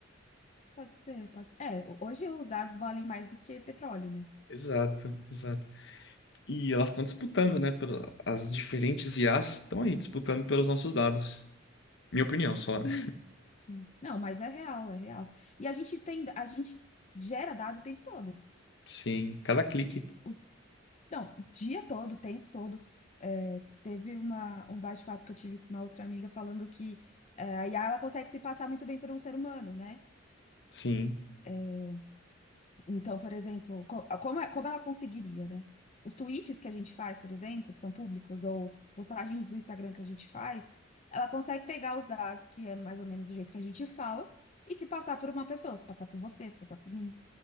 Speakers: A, on the left (about 35°); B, on the left (about 60°).
A: Pode ser, pode ser. É, ho- hoje os dados valem mais do que petróleo, né?
B: Exato, exato. E elas estão disputando, né? pelo- As diferentes IAs estão aí disputando pelos nossos dados. Minha opinião só,
A: Sim,
B: né?
A: sim. Não, mas é real, é real. E a gente tem, a gente gera dado o tempo todo.
B: Sim, cada clique.
A: O, não, o dia todo, o tempo todo. É, teve uma, um bate-papo que eu tive com uma outra amiga falando que é, a IA ela consegue se passar muito bem por um ser humano, né?
B: Sim,
A: É, Então, por exemplo, co- como, é- como ela conseguiria, né? Os tweets que a gente faz, por exemplo, que são públicos, ou as postagens do Instagram que a gente faz, ela consegue pegar os dados, que é mais ou menos o jeito que a gente fala, e se passar por uma pessoa, se passar por você, se passar por mim.